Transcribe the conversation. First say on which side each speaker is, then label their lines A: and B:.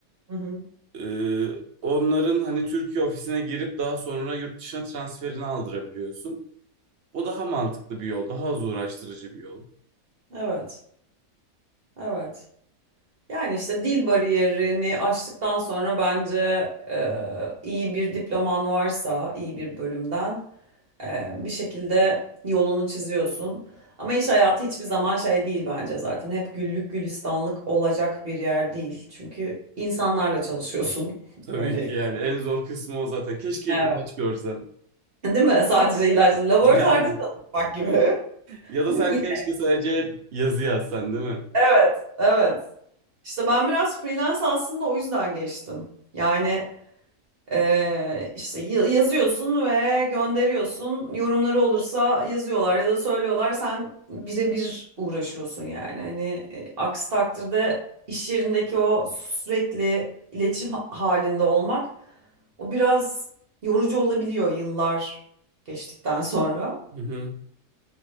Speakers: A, on the right; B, on the right.
A: Hı hı.
B: e, onların hani Türkiye ofisine girip daha sonra yurt dışına transferini aldırabiliyorsun. O daha mantıklı bir yol, daha az uğraştırıcı bir yol.
A: Evet. Evet. Yani işte dil bariyerini aştıktan sonra bence e, iyi bir diploman varsa iyi bir bölümden Ee, bir şekilde yolunu çiziyorsun. Ama iş hayatı hiçbir zaman şey değil bence zaten. Hep güllük gülistanlık olacak bir yer değil. Çünkü insanlarla çalışıyorsun <laughs>
B: Tabii
A: öncelikle.
B: ki yani en zor kısmı o zaten. Keşke
A: Evet.
B: hep ilaç görsem.
A: Değil mi? Sadece ilaçla laboratuvarda
B: Yani
A: çalışmak gibi. <laughs>
B: ya
A: Ama
B: da sen
A: yine
B: keşke sadece yazı yazsan değil mi?
A: evet, evet. İşte ben biraz freelance aslında o yüzden geçtim. Yani Ee, işte ya- yazıyorsun ve gönderiyorsun. Yorumları olursa yazıyorlar ya da söylüyorlar. Sen birebir uğraşıyorsun yani. Hani e, aksi takdirde iş yerindeki o sürekli iletişim ha- halinde olmak o biraz yorucu olabiliyor yıllar geçtikten sonra.
B: Hı hı.